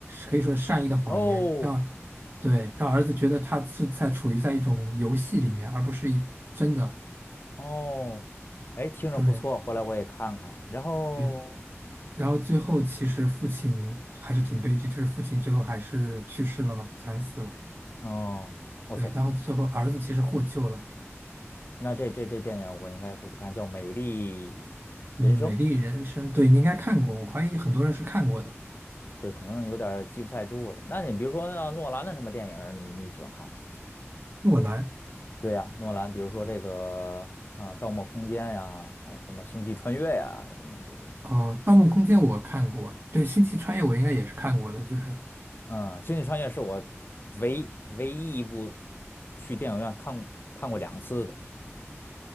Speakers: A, on the right; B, on the left.
A: 可以说是善意的谎言，
B: 哦
A: 让对让儿子觉得他是在处于在一种游戏里面，而不是一真的
B: 哦，哎，听着不错，
A: 对。
B: 回来我也看看。然后，
A: 对然后最后其实父亲还是挺悲剧，就是父亲最后还是去世了嘛，惨死了。
B: 哦，哇塞，
A: 对，然后最后儿子其实获救了。
B: 那这这这电影我应该会去看，叫《美丽人生》。
A: 嗯，《美丽人生》对，你应该看过，我怀疑很多人是看过的。
B: 对，可能有点儿记不太住了。那你比如说啊诺兰的什么电影儿你你喜欢看吗？
A: 诺兰，
B: 对呀、诺兰，比如说这个啊，呃盗梦空间》呀，还有什么《星际穿越》呀，什么这些。
A: 哦，《盗梦空间》我看过，对，《星际穿越》我应该也是看过的，就是，
B: 嗯，《星际穿越》是我唯唯一一部去电影院看看过两次的。